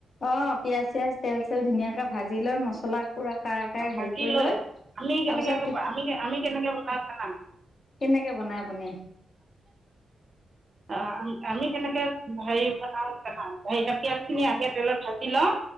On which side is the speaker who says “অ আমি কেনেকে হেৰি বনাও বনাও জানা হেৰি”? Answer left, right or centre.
Right